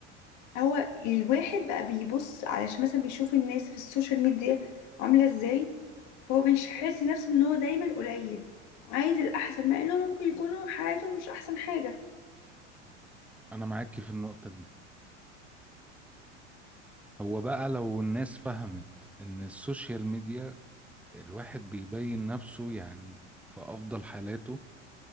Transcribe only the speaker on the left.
هو الواحد بقى بيبص علشان مثلا بيشوف الناس في السوشيال ميديا عاملة ازاي فهو بيحس نفسه ان هو دايما قليل عايز الأحسن مع انهم ممكن يكونوا حياتهم مش أحسن حاجة